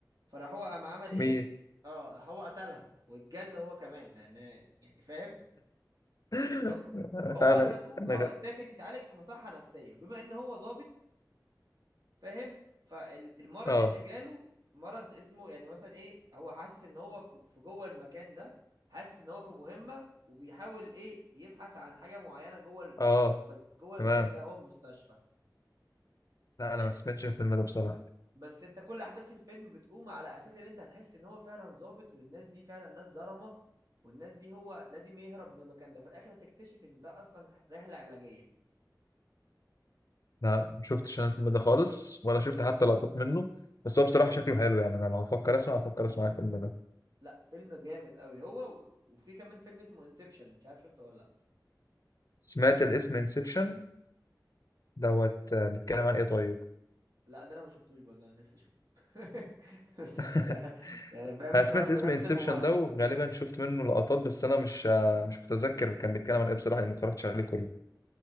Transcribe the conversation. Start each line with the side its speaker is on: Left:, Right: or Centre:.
Right: فراح هو قام عمل ايه
Left: مين
Right: اه هو قتلها واتجن هو كمان لان يعني فاهم
Left: <laughs>
Right: كله
Left: لا
Right: فهو اخده
Left: انا انا
Right: اه
Left: غ...
Right: اتاخد يتعالج في مصحة نفسية وبما ان هو ظابط فاهم فالمرض
Left: اه
Right: اللي جاله مرض اسمه يعني مثلا ايه هو حاسس ان هو في في جوه المكان ده حاسس ان هو في مهمة وبيحاول ايه يبحث عن حاجة معينة جوه ال-
Left: اه
Right: جوه المكان
Left: تمام
Right: ده هو المستشفى
Left: لا
Right: حلو.
Left: انا ما سمعتش الفيلم ده بصراحه
Right: بس انت كل احداث الفيلم بتقوم على اساس ان انت هتحس ان هو فعلا ظابط والناس دي فعلا ناس ظلمه والناس دي هو لازم يهرب من المكان ده في الاخر هتكتشف ان ده اصلا رحله علاجيه
Left: لا شفتش انا الفيلم ده خالص ولا شفت حتى لقطات منه بس هو بصراحة شكله حلو يعني انا لو هفكر اسمع هفكر اسمع الفيلم ده
Right: لا فيلم جامد قوي هو و- وفي كمان فيلم اسمه انسبشن مش عارف شفته ولا لا
Left: سمعت الاسم انسبشن دوت آه، بيتكلم عن ايه طيب
Right: لا ده انا ما شفتوش برضه انا نفسي اشوفه <laughs> بس
Left: <laughs>
Right: مش يعني فاهم
Left: انا
Right: انت
Left: سمعت
Right: برضه
Left: اسم
Right: نفس
Left: انسبشن
Right: الممثل
Left: ده وغالبا شفت منه لقطات بس انا مش آه، مش متذكر كان بيتكلم عن ايه بصراحة لان ما اتفرجتش عليه كله